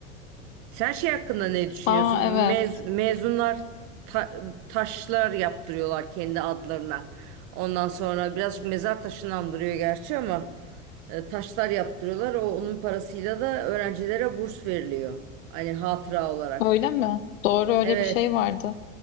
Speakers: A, on the right; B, on the left.
A: Sen şey hakkında ne düşünüyorsun?
B: Aa
A: Mez,
B: evet.
A: mezunlar ta- taşlar yaptırıyorlar kendi adlarına. Ondan sonra birazcık mezar taşını andırıyor gerçi ama e, taşlar yaptırıyorlar. O onun parasıyla da öğrencilere burs veriliyor. Hani hatıra olarak.
B: Öyle mi? Doğru öyle
A: Evet.
B: bir şey vardı.